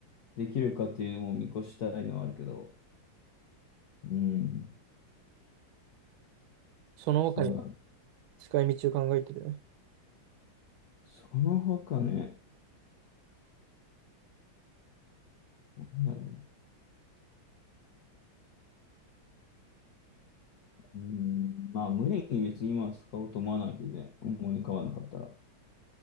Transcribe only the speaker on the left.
できるかっていうのも見越したいのはあるけど。うん。
そうだね
その他ね、なんだろうねうーん、まあ、無理に別に今は使おうと思わないけどね、思い浮かばなかったら。